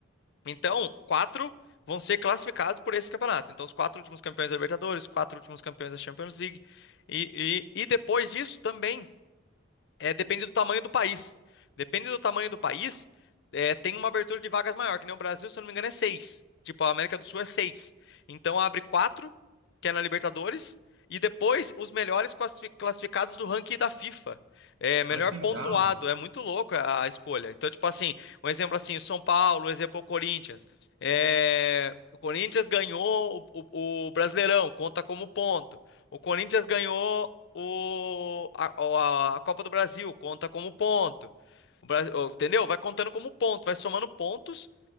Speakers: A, on the left (about 55°); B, on the right (about 65°).
A: Então, quatro vão ser classificados por esse campeonato. Então, os quatro últimos campeões da Libertadores, quatro últimos campeões da Champions League. E, e- e depois disso também. É, depende do tamanho do país. Depende do tamanho do país, é, tem uma abertura de vagas maior, que nem o Brasil, se eu não me engano, é seis. Tipo, a América do Sul é seis. Então abre quatro, que é na Libertadores, e depois os melhores classifi- classificados do ranking da FIFA. É, melhor
B: Olha que legal.
A: pontuado, é muito louco a, a escolha. Então, tipo assim, um exemplo assim, o São Paulo, um exemplo o Corinthians. É, o Corinthians ganhou o, o o Brasileirão, conta como ponto. O Corinthians ganhou o, a, a- a Copa do Brasil conta como ponto. O Brasil, entendeu? Vai contando como ponto, vai somando pontos